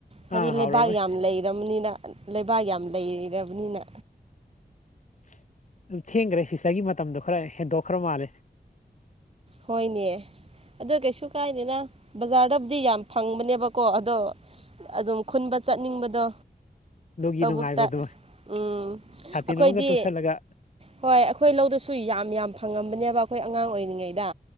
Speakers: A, on the right; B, on the left.
A: ꯍꯥꯏꯗꯤ
B: ꯑꯥ ꯍꯥꯎꯔꯔꯣꯏ
A: ꯂꯩꯕꯥꯛ ꯌꯥꯝ ꯂꯩꯔꯕꯅꯤꯅ ꯂꯩꯕꯥꯛ ꯌꯥꯝ ꯂꯩꯔꯕꯅꯤꯅ
B: ꯎꯝ ꯑꯗꯨꯝ ꯊꯦꯡꯈ꯭ꯔꯦ ꯁꯤꯇꯒꯤ ꯃꯇꯝꯗꯣ ꯈꯔ ꯍꯦꯟꯗꯣꯛꯈ꯭ꯔ ꯃꯥꯜꯂꯦ
A: ꯍꯣꯏꯅꯦ ꯑꯗꯨ ꯀꯩꯁꯨ ꯀꯥꯏꯅꯤꯅ ꯕꯖꯥꯔꯗꯕꯨꯗꯤ ꯌꯥꯝ ꯐꯪꯕꯅꯦꯕ ꯀꯣ ꯑꯗꯣ ꯑꯗꯨꯝ ꯈꯨꯟꯕ ꯆꯠꯅꯤꯡꯕꯗꯣ
B: ꯅꯗꯨꯒꯤ
A: ꯂꯧꯕꯨꯛꯇ
B: ꯅꯨꯡꯉꯥꯏꯕꯗꯨꯣ
A: ꯎꯝ
B: ꯁꯥꯇꯤꯟ
A: ꯑꯩꯈꯣꯏꯗꯤ
B: ꯑꯃꯒ ꯇꯨꯁꯤꯜꯂꯒ
A: ꯍꯣꯏ ꯑꯩꯈꯣꯏ ꯂꯧꯗꯁꯨ ꯌꯥꯝ ꯌꯥꯝ ꯐꯪꯉꯝꯕꯅꯦꯕ ꯑꯩꯈꯣꯏ ꯑꯉꯥꯡ ꯑꯣꯏꯔꯤꯉꯩꯗ